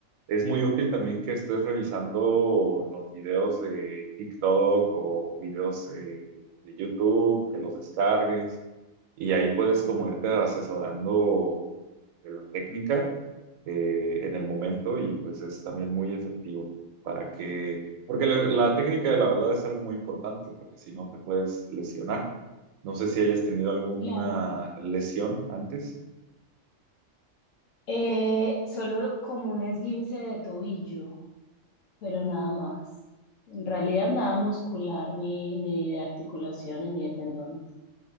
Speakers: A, on the right; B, on the left.
A: Es muy útil también que estés revisando los videos de TikTok o videos eh, de YouTube, que los descargues y ahí puedes como irte asesorando de la técnica eh, en el momento y pues es también muy efectivo para que, porque la, la técnica la verdad es algo muy importante porque si no te puedes lesionar. No sé si hayas tenido alguna
B: claro.
A: lesión antes.
B: Eh, solo como un esguince de tobillo, pero nada más. En realidad nada muscular, ni, ni de articulaciones, ni de tendones.